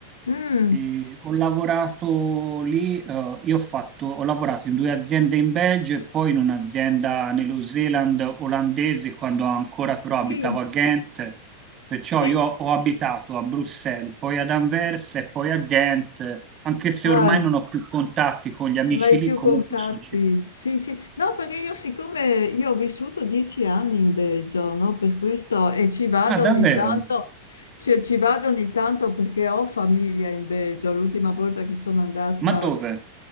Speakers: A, on the left; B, on the right.
A: Mm,
B: E ho lavorato lì, eh, io ho fatto, ho lavorato in due aziende in Belgio e poi in un'azienda nello Zeeland olandese quando ancora però abitavo
A: sì,
B: a Ghent, perciò
A: sì.
B: io ho abitato a Bruxelles, poi ad Anversa e poi a Ghent, anche se
A: Ah,
B: ormai non ho più contatti con gli amici
A: Non hai
B: lì,
A: più
B: comunque
A: contatti?
B: sono ci-
A: Sì, sì. No, perché io siccome io ho vissuto dieci anni in Belgio, no? Per questo e ci vado
B: Ah, davvero?
A: ogni tanto, cioè, ci vado ogni tanto perché ho famiglia in Belgio. L'ultima volta che sono andata,
B: Ma dove?